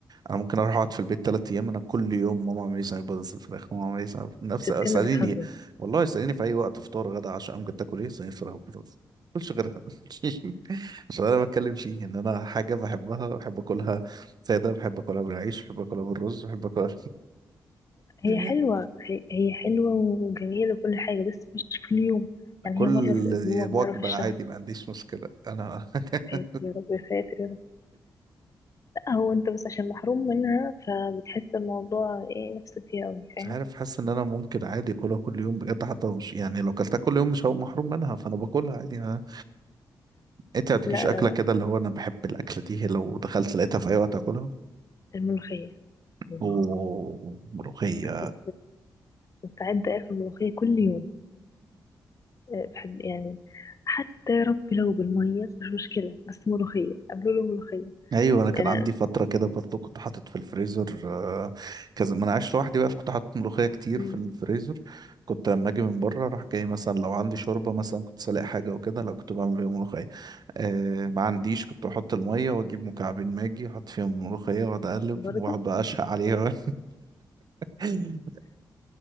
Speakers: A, on the right; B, on the left.
A: أنا ممكن أروح أقعد في البيت تلات أيام أنا كل يوم ماما عملي صينية بطاطس بالفراخ ماما عملي صينية بطاطس- نفس
B: بتتكلم
A: اسأليني
B: بتهزر
A: والله اسأليني في أي وقت فطار غدا عشاء أمجد تاكل إيه صينية فراخ بالبطاطس ما باكلش غيرها <laughs> عشان انا بتكلم فيه ان انا حاجه بحبها بحب اكلها ساده بحب اكلها بالعيش بحب اكلها بالرز بحب اكلها
B: هي حلوه
A: <laughs>
B: هي, هي حلوه وجميله وكل حاجه بس مش كل يوم يعني
A: كل
B: هي مره في الاسبوع مره
A: وجبه
B: في الشهر
A: عادي ما عنديش مشكله انا <laughs>
B: يا ساتر يا رب يا ساتر يا رب. هو انت بس عشان محروم منها فبتحس الموضوع ايه نفسك فيه قوي فاهم
A: مش عارف حاسس ان انا ممكن عادي اكلها كل يوم بجد حتى لو مش يعني لو اكلتها كل يوم مش هبقى محروم منها فانا باكلها عادي أنا... انت ما تجيش
B: لا
A: اكله
B: لا لا
A: كده اللي هو انا بحب الاكله دي لو دخلت لقيتها في اي وقت اكلها
B: الملوخية الله
A: وملوخيه
B: بص مستعدة اكل ملوخية كل يوم أه، بحب يعني حتى يا رب لو بالمية مش مشكلة بس ملوخية قبله له ملوخية
A: ايوه انا كان
B: يعني
A: عندي فتره كده برضو كنت حاطط في الفريزر آه، كذا ما انا عايش لوحدي بقى فكنت حاطط ملوخيه كتير
B: مم،
A: في الفريزر كنت لما اجي من بره اروح جاي مثلا لو عندي شوربه مثلا كنت سالق حاجه وكده لا كنت بعمل بيها ملوخيه آه ما عنديش كنت بحط الميه واجيب مكعبين ماجي واحط فيهم الملوخيه واقعد اقلب
B: برضه
A: واقعد بقى اشهق عليها <laughs>